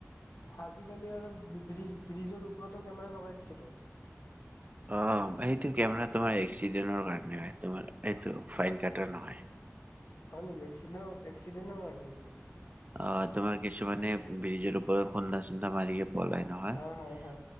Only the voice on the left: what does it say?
আজিকালি আৰু ব্ৰিজ ব্ৰিজৰ ওপৰতো কেমেৰা লগাই দিছেতো।
হয় নেকি এক এক্সিডেণ্টৰ কাৰণে নেকি।
হয় হয় হয়